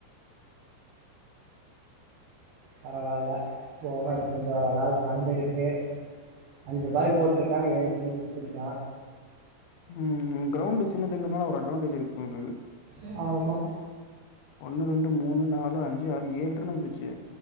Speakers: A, on the right; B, on the left.
A: பரவால்ல யோகார் கொஞ்ச ஒரளவுக்கு வந்திருக்கு அஞ்சு பால் போட்ருக்கா ஏழ் ரன் குடுத்துருக்கா
B: ம் ம் கிரௌண்டு சின்னதுங்றனால ஒரு அட்வான்டேஜ் இருக் <unintelligible>
A: எ ஆமா
B: ஒன்னு ரெண்டு மூணு நாலு அஞ்சு ஆறு ஏழ் ரன்னு வந்துருச்சு